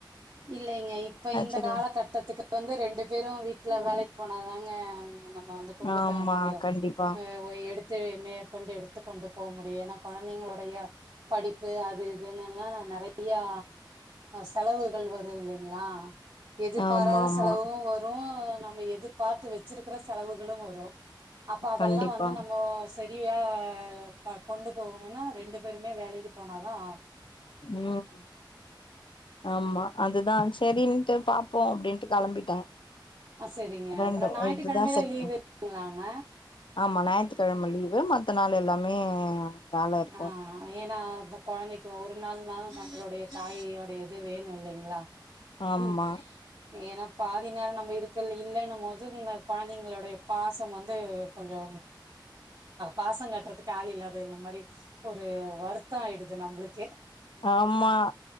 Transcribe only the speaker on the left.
சேரி
ஆமா
கண்டிப்பா
ஆமா ஆமா
கண்டிப்பா
ம் ஆமா அதுதா செரின்ட்டு பாப்போ அபிடின்ட்டு கெளம்பிட்டே
ரெண்டு
இதுதா செகண்ட்
ஆமா ஞாயித்துகெழம லீவு மத்த நாள் எல்லாமே வேல இருக்கு
ஆமா
ஆமா